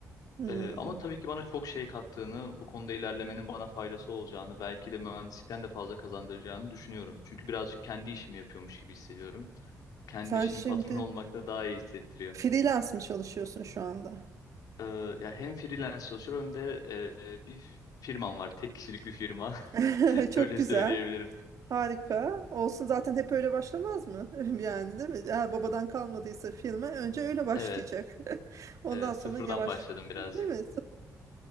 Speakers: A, on the right; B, on the left.
A: hı.
B: Ee, ama tabii ki bana çok şey kattığını, bu konuda ilerlemenin bana faydası olacağını, belki de mühendislikten de fazla kazandıracağını düşünüyorum. Çünkü birazcık kendi işimi yapıyormuş gibi hissediyorum. Kendi
A: Sen
B: işinin
A: şimdi
B: patronu olmak da daha iyi hissettiriyor.
A: freelance mi çalışıyorsun şu anda?
B: Ee, ya hem freelance çalışıyorum hem de e, bir firmam var. Tek kişilik bir firma.
A: <laughs>
B: <laughs>
A: Çok
B: Öyle
A: güzel.
B: söyleyebilirim.
A: Harika. Olsun zaten hep öyle başlamaz mı? <laughs> Yani değil mi? Eğer babadan kalmadıysa firma önce öyle başlayacak.
B: Evet,
A: <laughs> Ondan
B: evet
A: sonra
B: sıfırdan
A: yavaş,
B: başladım birazcık.
A: değil mi?